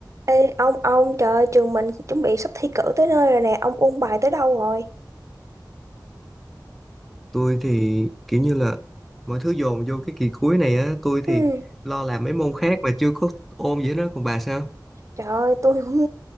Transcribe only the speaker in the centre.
tôi thì kiểu như là mọi thứ dồn vô cái kỳ cuối này á tôi
thì lo làm mấy môn khác mà chưa có ôn gì đó còn bà sao